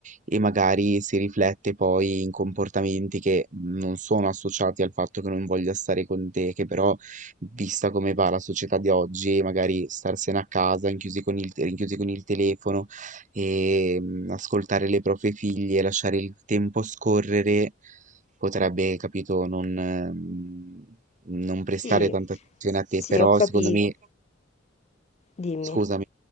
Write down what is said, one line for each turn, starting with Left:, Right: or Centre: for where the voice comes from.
Right: e magari si riflette poi in comportamenti che non sono associati al fatto che non voglia stare con te, che però, vista come va la società di oggi, magari starsene a casa, rinchiusi con il, te- rinchiusi con il telefono e mm, ascoltare le proprie figlie, lasciare il tempo scorrere, potrebbe, capito, non, ehm, non prestare
Left: Sì,
Right: tanta attenzione a te,
Left: sì,
Right: però
Left: ho capito.
Right: secondo me,
Left: Dimmi.
Right: scusami,